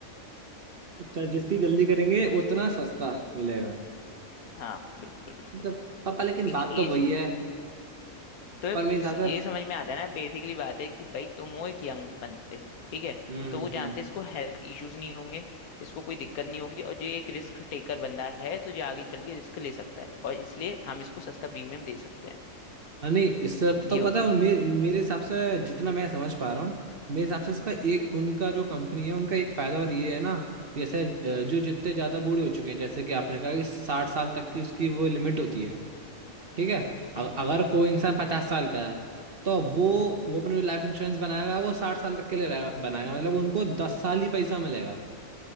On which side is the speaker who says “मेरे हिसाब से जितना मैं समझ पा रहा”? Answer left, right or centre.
Right